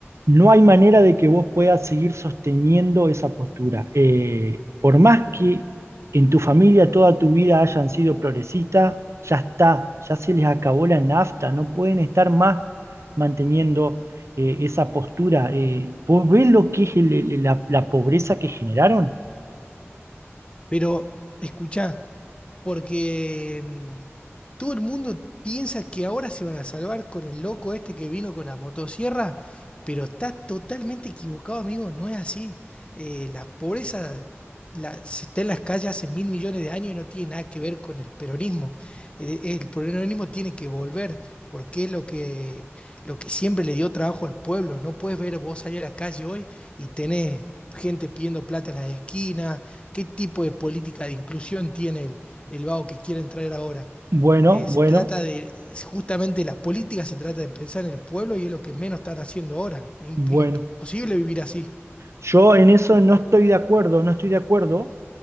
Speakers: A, on the right; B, on the left.
A: no hay manera de que vos puedas seguir sosteniendo esa postura. Eh, por más que en tu familia toda tu vida hayan sido progresistas, ya está, ya se les acabó la nafta, no pueden estar más manteniendo eh, esa postura. Eh, ¿vos ves lo que es el- el- la, la pobreza que generaron?
B: Pero, escucha, porque mm, todo el mundo piensa que ahora se van a salvar con el loco este que vino con la motosierra, pero está totalmente equivocado, amigo. No es así. Eh, la pobreza la- se está en las calles hace mil millones de años y no tiene nada que ver con el peronismo. Eh, el peronismo tiene que volver. Porque es lo que, lo que siempre le dio trabajo al pueblo. No puedes ver vos salir a la calle hoy y tenés gente pidiendo plata en las esquinas. ¿Qué tipo de política de inclusión tiene él? el vago que quieren traer ahora.
A: Bueno,
B: Eh,
A: bueno,
B: se trata de, justamente la política se trata de pensar en el pueblo y es lo que menos están haciendo ahora. Im-
A: bueno.
B: imposible vivir así.
A: Yo en eso no estoy de acuerdo, no estoy de acuerdo,